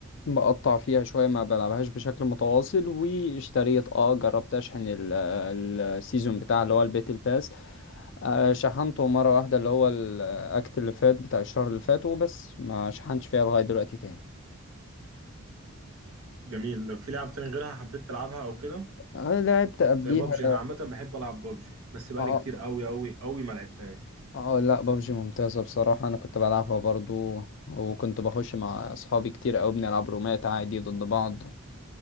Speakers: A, on the left; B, on the right.
A: بقطع فيها شوية ما بلعبهاش بشكل متواصل واشتريت اه جربت اشحن ال- السيزون بتاع اللي هو الباتل باس آه، شحنته مرة واحدة اللي هو الاكت اللي فات بتاع الشهر اللي فات وبس ما شحنتش فيها لغاية دلوقتي تاني
B: جميل في لعب تاني غيرها حبيت تلعبها او كده
A: انا لعبت قبليها
B: زي بابجي انا عامه بحب العب بابجي بس بقالي
A: اه
B: كتير قوي قوي قوي ما لعبتهاش
A: اه لا ببجي ممتازة بصراحة انا كنت بلعبها برضو وكنت بخش مع اصحابي كتير اوي بنلعب رومات عادي ضد بعض